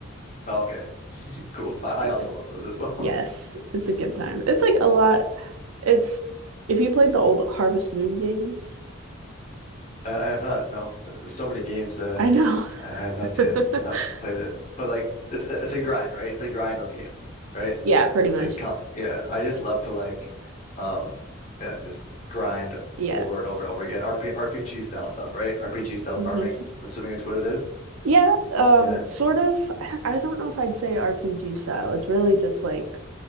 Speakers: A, on the left (about 35°); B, on the right (about 80°).
A: Oh, okay, <laughs> cool. I
B: Yeah.
A: I also love those as well.
B: Yes, it's a good time. It's like a lot.
A: <laughs>
B: It's if you played the old Harvest Moon games,
A: I, I have not. No, there's so many games. Uh,
B: I know.
A: I, I have not seen
B: <laughs>
A: it. I've not played it. But like, it's it's a grind, right? It's a grind those games, right?
B: Yeah, pretty
A: It's
B: much.
A: like, co- yeah, I just love to like, um, yeah, just grind
B: Yes.
A: over and over and over again. RP, RPG style stuff, right? RPG style
B: hmm
A: farming. I'm assuming it's what it is.
B: Yeah, um,
A: Yeah,
B: sort of. I I don't know if I'd say RPG style. It's really just like